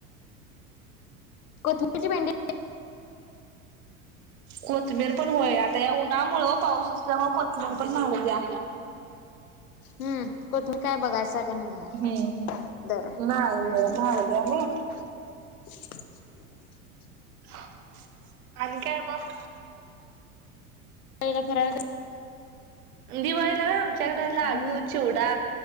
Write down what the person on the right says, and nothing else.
कोतमीर पण होय आता या उन्हामुळं पाऊस असल्यामुळ कोथमीर पण लावल्या.
हम्म
ना हो माहगल्या नाही.
<unintelligible> आणि काय मग.
दिवाळीला वय आमच्याकड लाडू
चिवडा